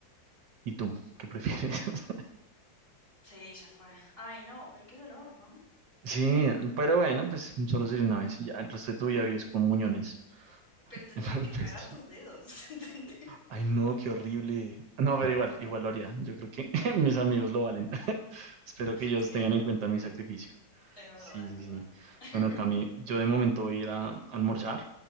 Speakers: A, on the right; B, on the left.
A: ¿Y tú? ¿Qué prefieres? <laughs>
B: Sí, ya fue. Ay, no, pero qué dolor, ¿no?
A: Sí, pero bueno, pues solo sería una vez y ya. El resto de tu vida vives con muñones.
B: Pero te
A: <laughs>
B: tenés que tragar
A: Pues,
B: tus dedos, <laughs> ¿entendés?
A: Ay, no, qué horrible. No, pero igual, igual lo haría. Yo creo que <laughs> mis amigos lo valen. <laughs> Espero que ellos
B: Sí,
A: tengan
B: es verdad.
A: en cuenta mi sacrificio.
B: Es verdad,
A: Sí,
B: es
A: sí,
B: verdad.
A: sí.
B: <laughs>
A: Bueno, Cami, yo de momento voy a ir a almorzar.